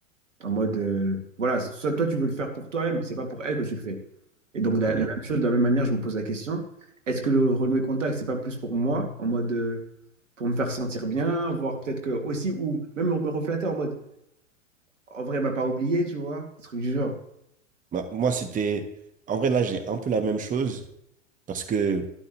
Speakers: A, on the right; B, on the right.
A: en mode, euh, voilà, soit toi, tu veux le faire pour toi-même, c'est pas pour elle que tu le fais. Et donc, la,
B: mm,
A: la même chose, de la même manière, je me pose la question, est-ce que le renouer contact, c'est pas plus pour moi, en mode, euh, pour me faire sentir bien, voir peut-être que aussi, ou même me reflatter en mode, en vrai, elle m'a pas oublié, tu vois, ce truc du genre.
B: bah, moi, c'était... En vrai, là, j'ai un peu la même chose parce que